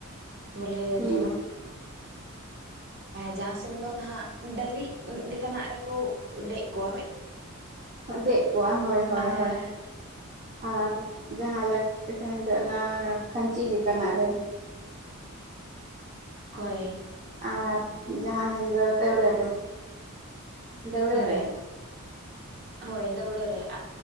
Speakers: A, on the right (about 50°); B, on the right (about 35°).
A: ᱵᱚᱞᱮ,
B: ᱦᱩᱸ
A: ᱡᱮᱢᱚᱱ ᱡᱟᱦᱟᱸ ᱥᱮᱱ ᱫᱚ, ᱱᱟᱦᱟᱜ, ᱰᱟᱹᱞᱤᱡ ᱞᱮᱠᱟᱱᱟᱜ ᱨᱮᱠᱚ, ᱫᱮᱡ ᱠᱚᱣᱟ, ᱦᱳᱭ ᱾
B: ᱫᱮᱡ ᱠᱚᱜᱼᱟ, ᱦᱳᱭ ᱦᱳᱭ,
A: ᱟᱨ
B: ᱦᱚᱭ, ᱟᱨ ᱡᱟᱦᱟᱸ ᱞᱮ ᱮᱠᱷᱟᱱ ᱫᱚ, ᱚᱱᱟ ᱠᱷᱟᱧᱪᱤ ᱞᱮᱠᱟᱱᱟᱜ ᱨᱮ
A: ᱦᱳᱭ ᱾
B: ᱟᱨ, ᱡᱟᱦᱟᱸ ᱥᱮᱱ ᱫᱚ, ᱫᱟᱹᱣᱲᱟᱹ ᱨᱮ, ᱫᱟᱹᱣᱲᱟᱹ
A: ᱦᱳᱭ
B: ᱨᱮ ᱾
A: ᱦᱳᱭ, ᱫᱟᱹᱣᱲᱟᱹ ᱨᱮ ᱾᱾ ᱟᱨ